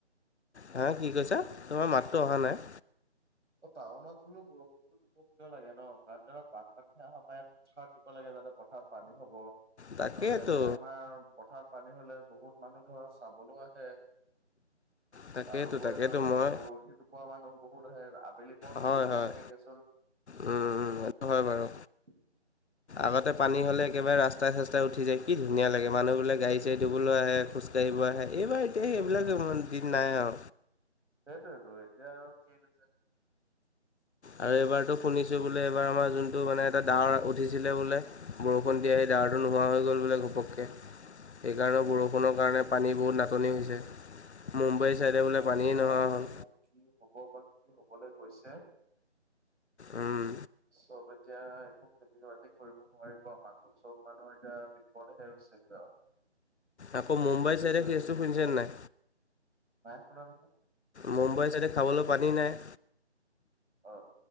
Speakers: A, on the left (about 75°); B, on the right (about 85°).
A: হা, কি কৈছা? তোমাৰ মাতটো অহা নাই।
B: অ'! টাউনত বোলো বৰ <unintelligible> কিয় লাগে ন'? কাৰণ, তাত বানপানী অহাৰ পৰাই আমাৰ ইয়াত, পথাৰত দিব লাগে, যাতে পথাৰত পানী হ'ব।
A: তাকেইতো
B: আৰু ইয়াতে, আমাৰ পথাৰত পানী হ'লে, বহুত মানুহ ধৰা, চাবলৈ আহে।
A: তাকেইতো
B: তাৰওপৰি
A: তাকেইতো
B: ধৰা তোমাৰ
A: মই
B: বৰশী টোপৰা মানুহ বহুত আহে। আবেলি পৰত
A: হয়
B: গৈয়ো
A: হয়
B: ভাল লাগে দিয়াচোন।
A: উম উম সেইটো হয় বাৰু।
B: <unintelligible>
A: আগতে, পানী হ'লে একেবাৰে, ৰাস্তাই -চস্তাই উঠি যায়। কি ধুনীয়া লাগে! মানুহ বোৰে গাড়ী- চা়ড়ী ধুবলৈও আহে, খোজ খোজ কাঢ়িব আহে। এইবাৰ, এতিয়া সেইবিলাক
B: উম
A: দিন নাই আও।
B: সেইটেতো এতিয়া আৰু কি হৈছে
A: আৰু এইবাৰতো শুনিছোঁ বোলে, এইবাৰ আমাৰ যোনটো মানে এটা ডাৱৰ উঠিছিলে বোলে বৰষুণ দিয়া সেই ডাঁৰটো নোহোৱা হৈ গ'ল বোলে ঘপককে। সেইকাৰণেও বৰষুণৰ কাৰণে পানী বহুত নাটনি হৈছে। মুম্বাইৰ চাইডে বোলে
B: নাজানো
A: পানীয়ে নহোৱা
B: আৰু দেই
A: হ'ল।
B: বা কি হ'ব বা কি হবলৈ গৈছে
A: উম
B: চৌ এতিয়া একো খেতি-বাতি কৰিব নোৱাৰিব মানুহ, চব মানুহ এতিয়া বিপদহে হৈছিল আৰু।
A: আকৌ মুম্বাই
B: খেতি
A: চাইডে
B: কৰি
A: কেছটো শুনিছে নাই?
B: নাই শুনা নহয়?
A: মুম্বাইৰ ছাইডে খাবলৈ পানী নাই।
B: অ।